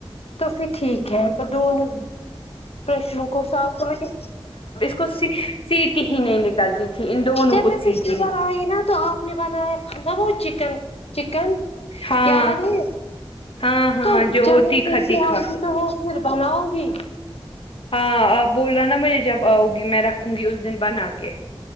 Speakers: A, on the left; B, on the left.
A: تو پھر ٹھیک ہے پ دونوں پریشر س آسو کہ
B: ک س سیٹ ہی نہیں نکلتی تھی ان دونوں
A: جب
B: کو
A: میں
B: سیٹی
A: پچھلی بار آئی نا تو آپ نے بنایا کھا وہ چکن چکن
B: ہاں
A: یاد ہے
B: ہاں ہاں
A: تو
B: جو
A: جب
B: تیکھا
A: پھر
B: تیکھا
A: سے آؤ گے تو وہ پھر بناؤں گی
B: ہاں آپ بول رہا نا مجھے جب آؤ گی میں رکھوں گی اس دن بنا کے